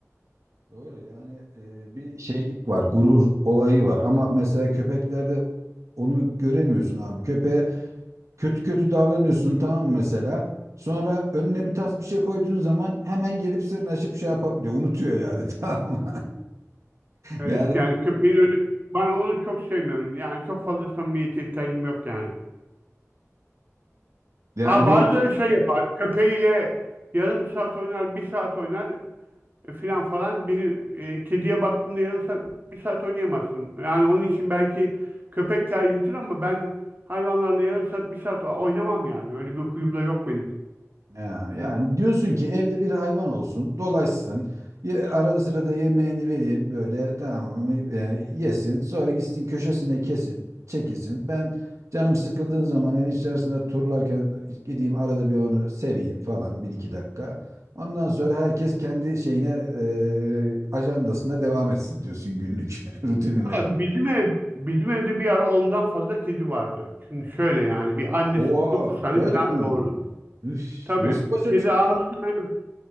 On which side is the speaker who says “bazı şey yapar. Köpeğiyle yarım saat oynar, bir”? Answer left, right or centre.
Right